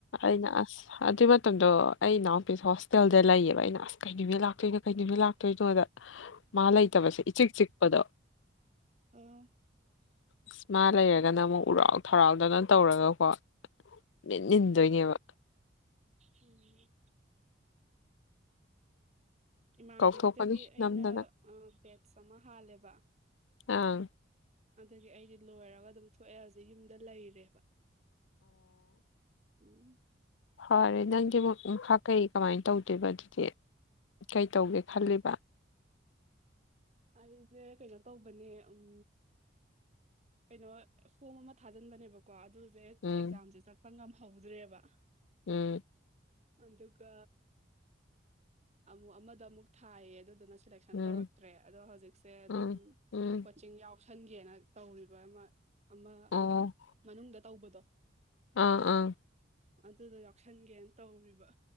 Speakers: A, on the left; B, on the right.
A: ꯑꯩꯅ ꯑꯁ ꯑꯗꯨꯏ ꯃꯇꯝꯗꯣ ꯑꯩ ꯏꯅꯥꯎꯄꯤ ꯍꯣꯁꯇꯦꯜꯗ ꯂꯩꯌꯦꯕ ꯑꯩꯅ ꯑꯁ ꯀꯩ ꯅꯨꯃꯤꯠ ꯂꯥꯛꯇꯣꯏꯅꯣ ꯀꯩ ꯅꯨꯃꯤꯠ ꯂꯥꯛꯇꯣꯏꯅꯣꯗ ꯃꯥ ꯂꯩꯇꯕꯁꯦ ꯏꯆꯤꯛ ꯆꯤꯛꯄꯗꯣ
B: ꯑꯥ
A: ꯑꯁ ꯃꯥ ꯂꯩꯔꯒꯅ ꯑꯃꯨꯛ ꯎꯔꯥꯎ ꯊꯔꯥꯎꯗꯅ ꯇꯧꯔꯒꯀꯣ ꯃꯤꯠꯅꯤꯟꯗꯣꯏꯅꯦꯕ
B: ꯎꯝ ꯎꯝ ꯏꯃꯥꯟꯅꯕꯤꯗꯨꯗꯒꯤ
A: ꯀꯧꯊꯣꯛꯀꯅꯤ
B: ꯑꯩꯅ
A: ꯅꯝꯗꯅ
B: ꯑ ꯕꯦꯠꯁ ꯑꯃ ꯍꯥꯜꯂꯦꯕ
A: ꯑꯥ
B: ꯑꯗꯨꯒꯤ ꯑꯩꯗꯤ ꯂꯣꯏꯔꯒ ꯑꯗꯨꯝ ꯊꯣꯛꯑꯦ ꯍꯧꯖꯤꯛ ꯌꯨꯝꯗ ꯂꯩꯔꯦꯕ <unintelligible>
A: ꯐꯥꯔꯦ ꯅꯪꯗꯤ ꯃꯛ ꯃꯈꯥ ꯀꯩ ꯀꯃꯥꯏꯟ ꯇꯧꯗꯣꯏꯕ ꯑꯗꯨꯗꯤ ꯀꯩ ꯇꯧꯒꯦ ꯈꯜꯂꯤꯕ
B: ꯑꯩꯖꯦ ꯀꯩꯅꯣ ꯇꯧꯕꯅꯦ ꯎꯝ ꯀꯩꯅꯣ ꯐꯣꯝ ꯑꯃ ꯊꯥꯖꯤꯟꯕꯅꯦꯕꯀꯣ ꯑꯗꯨꯖꯦ ꯑꯦꯛꯖꯥꯝꯁꯦ
A: ꯎꯝ
B: ꯆꯠꯄ ꯉꯝꯍꯧꯗ꯭ꯔꯦꯕ
A: ꯎꯝ
B: ꯑꯗꯨꯒ ꯑꯃꯨꯛ ꯑꯃꯗ ꯑꯃꯨꯛ ꯊꯥꯏꯌꯦ ꯑꯗꯨꯗꯨꯅ ꯁꯦꯂꯦꯛꯁꯟ
A: ꯎꯝ
B: ꯇꯧꯔꯛꯇ꯭ꯔꯦ ꯑꯗꯣ ꯍꯧꯖꯤꯛꯁꯦ ꯑꯗꯨꯝ
A: ꯎꯝ ꯎꯝ
B: ꯀꯣꯆꯤꯡ ꯌꯥꯎꯁꯟꯒꯦꯅ ꯇꯧꯔꯤ ꯕ ꯑꯃ ꯑꯃ
A: ꯑꯣ
B: ꯃꯅꯨꯡꯗ ꯇꯧꯕꯗꯣ
A: ꯑꯥ ꯑꯥ
B: ꯑꯗꯨꯗꯣ ꯌꯥꯎꯁꯟꯒꯦꯟ ꯇꯧꯔꯤꯕ